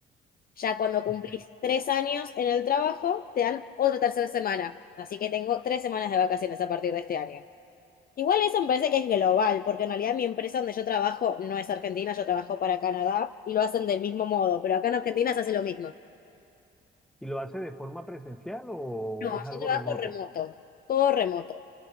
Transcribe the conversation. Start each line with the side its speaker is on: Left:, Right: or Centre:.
Left: Ya cuando cumplís
Centre: Ok.
Left: tres años en el trabajo, te dan otra tercera semana. Así que tengo tres semanas de vacaciones a partir de este año. Igual eso me parece que es global, porque en realidad mi empresa donde yo trabajo no es Argentina, yo trabajo para Canadá y lo hacen del mismo modo, pero acá en Argentina se hace lo mismo.
Centre: ¿Y lo hace de forma presencial o
Left: No,
Centre: es algo
Left: yo trabajo
Centre: remoto?
Left: remoto, todo remoto,